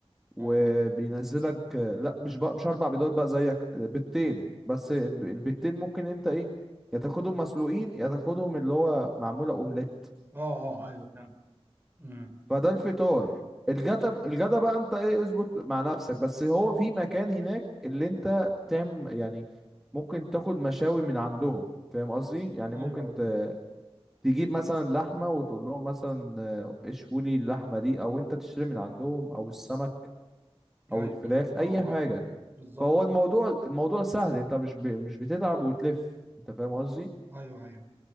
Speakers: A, in the centre; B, on the right (about 20°).
A: وبينزلك
B: ايوه
A: آه، لا مش بقى مش اربع بيضات بقى زيك آه، بيضتين بس آه، البيضتين ممكن انت ايه يا تاخدهم مسلوقين يا تاخدهم اللي هو معمولة اومليت
B: اه اه ايوه فاهم امم
A: فده الفطار الغدا الغدا بقى انت ايه اظبط مع نفسك بس هو في مكان هناك اللي انت تعمل يعني ممكن تاخد مشاوي من عندهم فاهم قصدي يعني
B: ايوه
A: ممكن
B: ايوه
A: ت- تجيب مثلا لحمة وتقول لهم مثلا آه، اشوي لي اللحمة دي او انت تشتري من عندهم او السمك
B: ايوه
A: او الفراخ
B: ايوه
A: اي
B: اه
A: حاجة
B: آه. بالظبط
A: فهو الموضوع الموضوع سهل انت مش ب... مش بتتعب وتلف انت فاهم
B: بالظبط
A: قصدي
B: ايوه ايوه